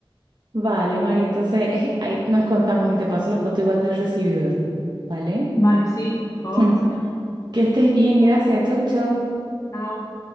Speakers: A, on the right; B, on the left.
A: Vale, María, entonces <laughs> ahí nos contamos y te paso la foto igual del recibidor. ¿Vale?
B: Vale, sí, por favor,
A: <laughs>
B: pásamelo.
A: Que estés bien, gracias. Chau, chau.
B: Chao.